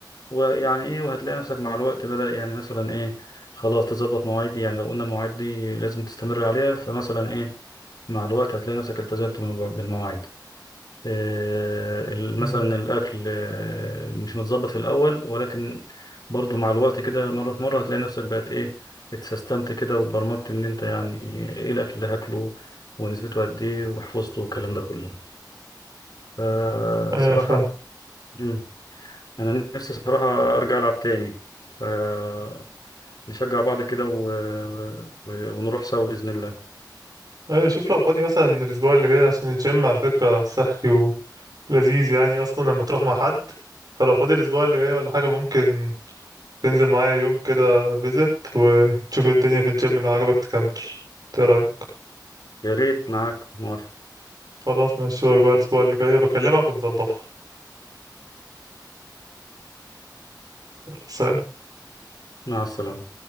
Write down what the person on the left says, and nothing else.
ويعني ايه وهتلاقي نفسك مع الوقت بدأ يعني مثلا ايه خلاص تظبط مواعيد دي، يعني لو قلنا المواعيد دي لازم تستمر عليها فمثلا ايه مع الوقت هتلاقي نفسك التزمت بالمواعيد آه، ال-
مثلا الأكل آه، مش متظبط في الأول ولكن برضو مع الوقت كده مرة في مرة هتلاقي نفسك بقت إيه اتسيستمت كده واتبرمجت إن أنت يعني إيه الأكل اللي هاكله ونسبته قد إيه وحفظته والكلام ده كله فصراحة
مم، أنا نفسي صراحة أرجع ألعب تاني فنشجع بعض كده و... و... ونروح سوا بإذن الله
يا ريت معاك موافق
مع السلامة